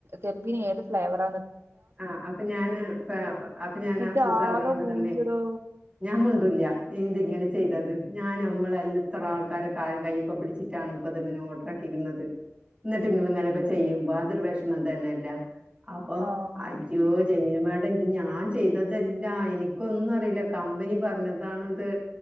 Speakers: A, on the right (about 55°); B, on the right (about 20°).
A: തെബിന് ഏത് ഫ്ലേവറ
B: ആ അപ്പൊ ഞാന് അപ്പൊ ഞാൻ
A: എന്നിട്ട്
B: ആശവസറിന
A: ആകെ മൂഞ്ചെടോ
B: കൊണ്ട്ണേ ഞാൻ ഇല്ല ന്തിങ്ങനെ ങ്ങനെ ചെയ്തത് ഞാ നമ്മള ആൾക്കാരെ കാലും കാഴൊക്കെ പിടിച്ചിട്ടാണ് പ്പതിങ്ങനൊക്കെ ഓർഡാകീണത് എന്നിട്ട്ങ്ങള് ഇങ്ങനൊക്കെ ചെയ്യുമ്പോ അതൊരു വെഷമം തന്നെയല്ല അപ്പൊ
A: ആഹ്
B: അ ജോ ജമീന മാേഡം ഇത് ഞാൻ ചെയ്തതല്ല എനിക്കൊന്നും അറിയില്ല കമ്പനി പറഞ്ഞതാണത്